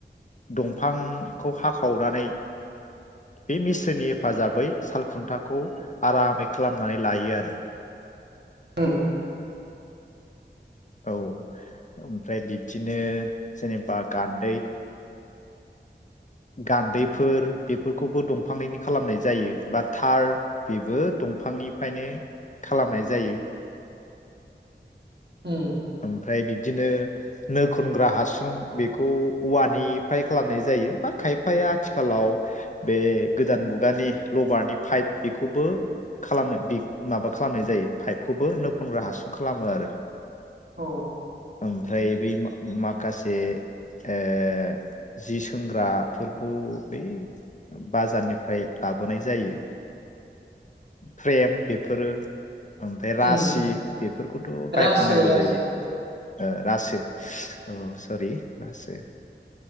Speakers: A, on the left; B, on the right.
A: दंफांखौ हाखावनानै बे मिसोननि हेफाजाबै सालखुन्थाखौ आरामै खालामनानै लायो आरो।
B: होम।
A: औ। ओमफ्राय बिद बिदिनो जेनेबा गान्दै गान्दैफोर बेफोरखौबो दंफांनिनो खालामनाय जायो बा थार बेबो दंफांनिफ्रायनो खालामनाय जायो।
B: उम
A: ओमफ्राय बिदिनो नो खनग्रा हासुं बेखौ औवानिफ्राय खालामनाय जायो बा खायफाया आथिखालाव बे गोदान मुगानि लबारनि पाइप बेखौबो खालामनो माबा खालामनाय जायो पाइपखौबो नो खनग्रा हासुं खालामो आरो
B: औ
A: ओमफ्राय बै मा माग खासे ओ जि सोंग्राफोरखौ बै बाजारनिफ्राय लाबोनाय जायो। फ्रेम बेफोरो ओमफ्राय रासि
B: औ
A: बेफोरखौथ' बायखानांगौ
B: रासो रासो
A: जायो ओ रासो‌ औ सरि रासो